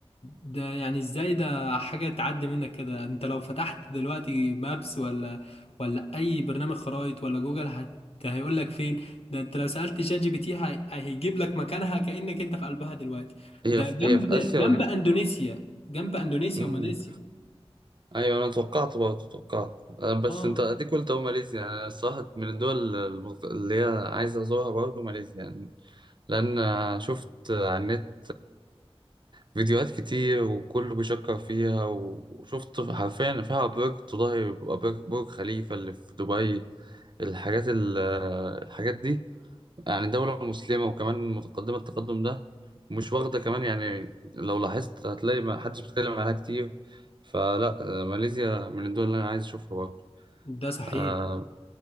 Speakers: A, on the left; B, on the right.
A: ده يعني ازاي ده حاجة تعدي منك كده انت لو فتحت دلوقتي مابس ولا ولا اي برنامج خرائط ولا جوجل هت هيقول لك فين ده انت لو سألت شات جي بي تي هي- هيجيب لك مكانها كأنك انت في قلبها دلوقتي
B: هي
A: ده
B: في...
A: جنب
B: هي في اسيا
A: جنب
B: ولا
A: اندونيسيا جنب اندونيسيا
B: مم.
A: وماليزيا
B: ايوه انا توقعت برضه توقعت آه، بس
A: اه
B: انت اديك قلت اهو ماليزيا انا الصراحه من الدول المغ- اللي هي عايز ازورها برضه ماليزيا يعني. لأن شفت على النت فيديوهات كتير وكله بيشكر فيها وشفت حرفيا فيها برج تضاهي برج برج خليفة اللي في دبي الحاجات ال- الحاجات دي يعني دولة مسلمة وكمان متقدمة التقدم ده مش واخدة كمان يعني لو لاحظت هتلاقي ما حدش بيتكلم عنها كتير فلا ماليزيا من الدول اللي أنا عايز أشوفها برضه
A: ده صحيح
B: آه،